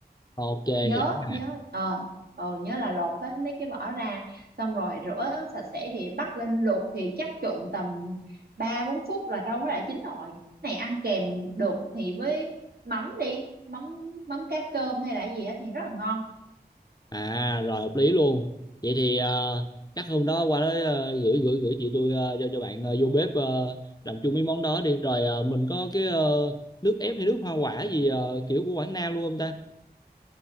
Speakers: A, on the left; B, on the right.
A: ok
B: nhớ
A: hiểu nè
B: nhớ ờ ờ nhớ là lột hết mấy cái vỏ ra xong rồi rửa sạch sẽ thì bắt lên luộc thì chắc trụng tầm ba bốn phút là rau nó đã chín rồi này ăn kèm được thì với mắm đi mắm mắm cá cơm hay là gì á thì rất là ngon
A: à rồi hợp lý luôn vậy thì ờ, chắc hôm đó qua đó ờ, gửi gửi gửi chị tôi ờ, cho cho bạn ờ, vô bếp ờ, làm chung mấy món đó đi rồi ờ, mình có cái ờ, nước ép hay nước hoa quả gì ờ, kiểu của Quảng Nam luôn không ta